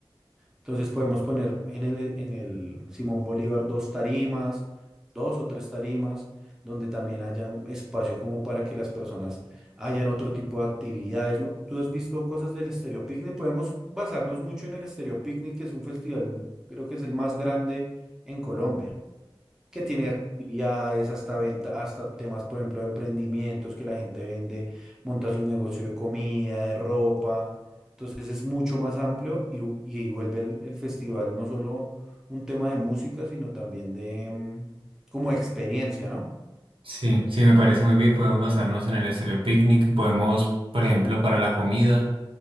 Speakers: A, in the centre; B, on the right.
A: Entonces podemos poner en el, en el Simón Bolívar dos tarimas, dos o tres tarimas, donde también hayan espacio como para que las personas hayan otro tipo de actividades. ¿no? ¿Tú has visto cosas del Estéreo Picnic? Podemos basarnos mucho en el Estéreo Picnic, que es un festival, creo que es el más grande en Colombia que tiene actividades, hasta venta, hasta temas, por ejemplo, de emprendimientos que la gente vende, monta su negocio de comida, de ropa. Entonces es mucho más amplio y, y vuelve el, el festival no solo un tema de música, sino también de mm, como experiencia, ¿no?
B: Sí, sí, me parece muy bien. Podemos basarnos en el estéreo picnic. Podemos, por ejemplo, para la comida,